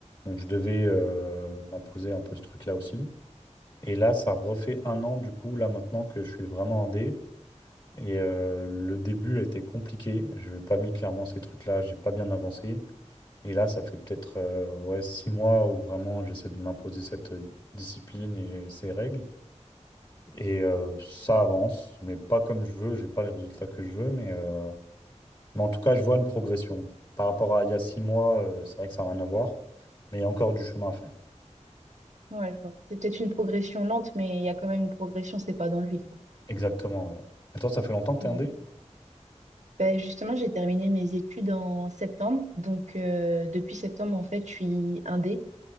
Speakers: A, on the left; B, on the right.
A: Donc, je devais euh, m'imposer un peu ce truc-là aussi. Et là, ça refait un an, du coup, là maintenant que je suis vraiment indé. Et euh, le début a été compliqué. Je n'ai pas mis clairement ces trucs-là, j'ai pas bien avancé. Et là, ça fait peut-être euh, ouais, six mois où vraiment j'essaie de m'imposer cette euh, discipline et ces règles. Et euh, ça avance, mais pas comme je veux, j'ai pas les résultats que je veux, mais, euh, mais en tout cas, je vois une progression. Par rapport à il y a six mois, euh, c'est vrai que ça n'a rien à voir, mais il y a encore du chemin à faire.
B: Ouais, je vois. C'est peut-être une progression lente, mais il y a quand même une progression, c'est pas dans le vide. quoi.
A: Exactement, ouais. Et toi, ça fait longtemps que t'es
B: Mm.
A: indé?
B: Ben justement, j'ai terminé mes études en septembre. Donc, euh, depuis septembre, en fait, je suis indé.